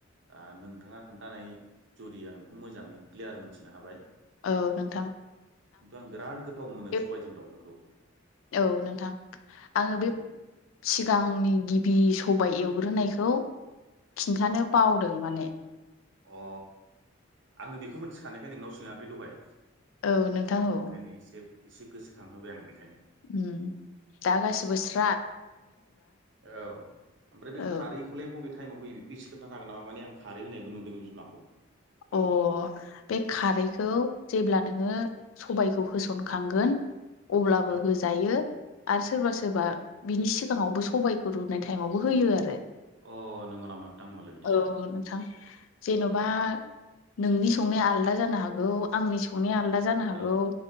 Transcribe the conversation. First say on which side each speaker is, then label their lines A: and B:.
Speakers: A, on the right; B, on the left.
A: दा नोंथाङा खोन्थानाय जुरि आं बेखौ मोजाङै क्लियार मोनथिनो हाबाय।
B: औ नोंथां
A: खिन्थु आं बिराद गोथाव मोनो
B: बे
A: सबायजों दावजोंखौ।
B: औ नोंथां आङो बे
A: उम
B: सिगांनि गिबि सबाय एवग्रोनायखौ खिन्थानो बावदों माने।
A: अ आङो बेखौ मिथिखानायखाय नोंनाव सोङाखै दहाय
B: औ नोंथां औ
A: ओंखायनो एसे एसे गोसोखांहोबाय आं बे।
B: उम दा गाससिबोस्रि
A: औ ओमफ्राय बे
B: औ
A: खारैखौलाय बबे टाइमाव होयो बे बेखौ एसे खोन्थानो हागोन नामा माने आं खारै होनायबो नुदों बिमाखौ
B: अ बे खारैखौ जेब्ला नोङो सबायखौ होसनखांगोन। अब्लाबो
A: औ
B: होजायो आरो सोरबा सोरबा। बिनि सिगाङावबो सबायखौ रुनाय टाइमावबो होयो आरो
A: अ नंगौ नामा नोंथां होमबालाय बिदिसो
B: औ नोंथां जेन'बा
A: औ
B: नोंनि संनाया आलादा जानो। हागौ आंनि संनाया आलादा। जानो हागौ
A: औ